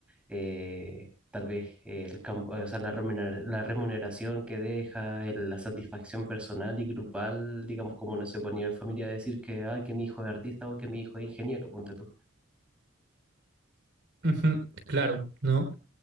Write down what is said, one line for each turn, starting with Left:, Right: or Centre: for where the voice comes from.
Centre: eh, tal vez eh, el campo, o sea, la remuner- la remuneración que deja, el- la satisfacción personal y grupal, digamos como no sé, po, a nivel familia decir que, ah, que mi hijo es artista o que mi hijo es ingeniero, ponte tú.
Right: Ujú, claro, ¿no?